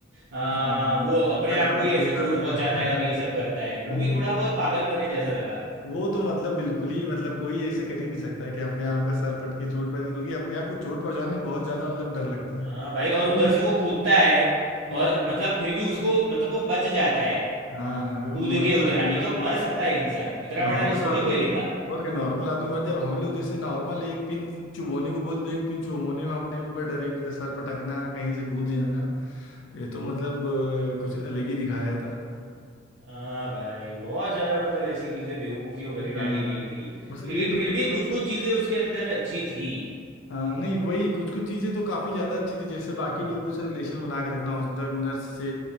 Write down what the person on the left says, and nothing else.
हाँ
सर
पटक
लेता
है <laughs>
हाँ,
वो तो मतलब बिल्कुल ही मतलब कोई ऐसे कर ही नहीं सकता है कि अपने आप का सर पटके चोट पहुंचे क्योंकि अपने आप को चोट पहुंचाने में बहुत ज्यादा मतलब डर लगता है
हाँ
हाँ, वो
मरता
है मतलब
नॉर्मल
आदमी
तो
और क्या नॉर्मल आदमी मर जब हम लोग जैसे नॉर्मल एक पिन चुभोने को बोल दो एक पिन चुभोने में अपने ऊपर डरेंगे तो सर पटकना कहीं से कूद जाना तो ये तो मतलब अ, कुछ अलग ही दिखाया था
हाँ
बस
एक दो
चीजें
भाई
हाँ नहीं वही कुछ कुछ चीज़ें तो काफ़ी ज़्यादा अच्छी थी जैसे
बाकी लोगों से रिलेशन बना के रखना हॉस्पिटल में नर्स से